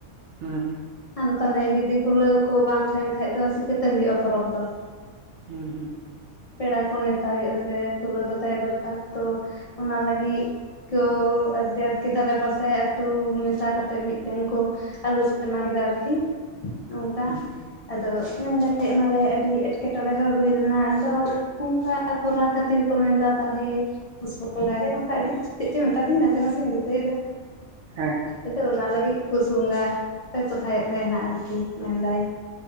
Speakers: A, on the right (about 65°); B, on the left (about 70°).
A: ᱦᱮᱸ᱾
B: ᱟᱫᱚ ᱛᱟᱦᱚᱞᱮ ᱡᱩᱫᱤ ᱠᱩᱞᱟᱹᱣ ᱠᱚ ᱵᱟᱝ ᱛᱟᱦᱮᱱ ᱠᱷᱟᱡ ᱫᱚ ᱪᱤᱠᱟᱹᱛᱮ ᱦᱩᱭᱩᱜᱼᱟ ᱯᱚᱨᱚᱵᱽ ᱫᱚ?
A: ᱦᱩᱸ ᱦᱩᱸ᱾
B: ᱯᱮᱲᱟ ᱠᱚ ᱱᱮᱣᱛᱟ ᱦᱩᱭᱩᱜ-ᱟ ᱥᱮ, ᱠᱷᱩᱞᱟᱹᱣ ᱫᱚ ᱛᱟᱦᱮᱸ ᱫᱚᱨᱠᱟᱨ ᱛᱚ ᱚᱱᱟ ᱞᱟᱹᱜᱤᱫ ᱠᱚ ᱟᱹᱰᱠᱤ ᱫᱷᱟᱨᱮ ᱯᱟᱥᱮ ᱟᱹᱛᱩ ᱢᱮᱥᱟ ᱠᱟᱛᱮᱫ ᱢᱤᱫᱴᱮᱱ ᱠᱚ ᱟᱞᱳᱪᱚᱱᱟ ᱠᱮᱫᱟ ᱟᱨᱠᱤ ᱚᱱᱠᱟ᱾
A: ᱦᱩᱸ
B: ᱟᱫᱚ ᱢᱮᱱᱫᱟᱹᱧ ᱚᱱᱟᱨᱮ ᱟᱹᱰᱤ ᱮᱴᱠᱮᱴᱚᱬᱮ ᱦᱚᱸ ᱦᱩᱭ ᱞᱮᱱᱟ ᱟᱫᱚ ᱚᱱᱠᱟ ᱠᱚᱨᱟᱣ ᱠᱷᱟᱹᱛᱤᱨ ᱠᱚ ᱢᱮᱱᱫᱟ ᱛᱟᱦᱚᱞᱮ ᱯᱩᱥ‌ ᱵᱚᱸᱜᱟ ᱜᱮ ᱚᱱᱠᱟ ᱟᱹᱰᱤ ᱠᱤᱪᱷᱩ ᱪᱮᱫ ᱪᱚᱭ ᱢᱮᱛᱟᱫᱤᱧ ᱱᱟᱥᱮ ᱱᱟᱥᱮᱧ ᱫᱤᱥᱟᱹᱭᱫᱟ᱾
A: ᱦᱮᱸ᱾
B: ᱟᱫᱚ ᱚᱱᱟ ᱞᱟᱹᱜᱤᱫ ᱯᱩᱥ ᱵᱚᱸᱜᱟ ᱯᱮ ᱥᱚᱨᱦᱟᱭᱚᱜ ᱛᱟᱦᱮᱸᱱᱟ ᱟᱨᱠᱤ ᱢᱮᱱᱫᱟᱭ᱾